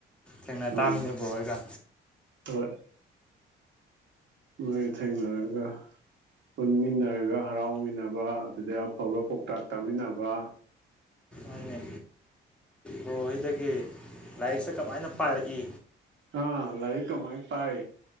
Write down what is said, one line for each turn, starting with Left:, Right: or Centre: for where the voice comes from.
Centre: ꯊꯦꯡꯅ
Right: ꯎꯝ
Centre: ꯇꯥꯃꯤꯟꯅꯦ ꯕ꯭ꯔꯣ ꯑꯣꯢꯒ
Right: ꯍꯣꯏ ꯃꯣꯏ ꯊꯦꯡꯅꯔꯒ ꯄꯨꯟꯃꯤꯟꯅꯔꯒ ꯍꯔꯥꯎꯃꯤꯟꯅꯕ ꯑꯗꯨꯗꯩ ꯑꯐꯕ ꯄꯥꯎꯇꯥꯛ ꯇꯥꯃꯤꯟꯅꯕ
Centre: ꯍꯣꯏꯅꯦ ꯕ꯭ꯔꯣꯍ‌ꯣꯏꯗꯒꯤ ꯂꯥꯏꯔꯤꯛꯁꯦ ꯀꯃꯥꯏꯅ ꯄꯥꯏꯔꯛꯏ
Right: ꯑꯥ ꯂꯔꯤꯛ ꯀꯃꯥꯏ ꯄꯥꯏ